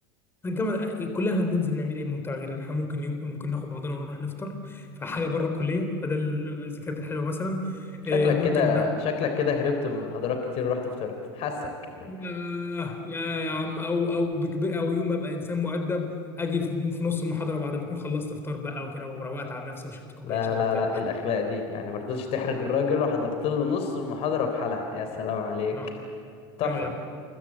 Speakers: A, on the left; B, on the left.
A: الجامعة الكلية احنا بننزل نعمل ايه ممتع غير إن احنا ممكن يوم ممكن ناخد بعضنا ونروح نفطر فحاجة بره الكلية فده ال- الذكريات الحلوة مثلا
B: شكلك
A: آه، ممكن
B: كده
A: ناخد
B: شكلك كده هربت من محاضرات كتير ورحت فطرت حاسك
A: ياه يا يا عم او او بكبر او يوم ابقى انسان مؤدب اجي في في نص المحاضرة بعد ما اكون خلصت فطار بقى وكده وروقت على نفسي وشربت كوباية
B: لا
A: شاي
B: لا
A: وبتاع
B: لا إيه الاخلاق دي يعني مرضتش تحرج الراجل وحضرت له نص المحاضرة في حالها يا سلام عليك
A: ايه رأ-
B: تحفة
A: إيه رأيك؟